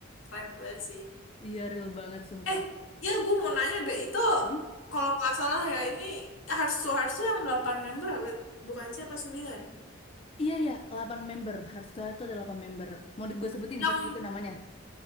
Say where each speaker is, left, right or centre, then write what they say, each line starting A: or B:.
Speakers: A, on the left; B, on the left.
A: keren banget sih
B: Iya real banget sumpah.
A: Eh, ya gue mau nanya deh, itu
B: Hmm?
A: kalau nggak salah ya, ini Harsu Harsu yang 8 member apa? Bukan siapa sembilan
B: Iya ya, 8 member. Hearts to Hearts itu ada 8 member. Mau gue sebutin
A: Yang,
B: satu-satu namanya.